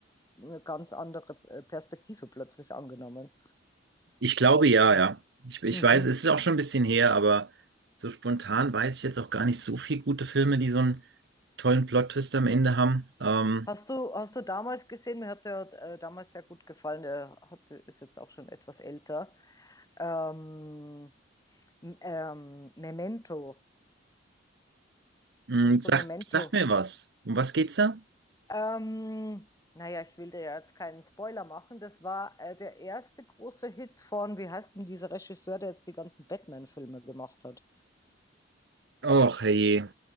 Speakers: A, on the left; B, on the right.
A: eine ganz andere äh, Perspektive plötzlich angenommen.
B: Ich glaube ja, ja. Ich, ich
A: Mhm.
B: weiß, es ist auch schon ein bisschen her, aber so spontan weiß ich jetzt auch gar nicht so viel gute Filme, die so einen tollen Plot-Twist am Ende haben. Ähm,
A: Hast du, hast du damals gesehen, mir hat der äh, damals sehr gut gefallen, der hat, ist jetzt auch schon etwas älter. Ähm, m- ähm, Memento.
B: mh,
A: Kennst
B: sagt,
A: du Memento?
B: sagt mir was. Um was geht's da?
A: Ähm, naja, ich will dir ja jetzt keinen Spoiler machen. Das war äh, der erste große Hit von, wie heißt denn dieser Regisseur, der jetzt die ganzen Batman-Filme gemacht hat?
B: Och, herrje.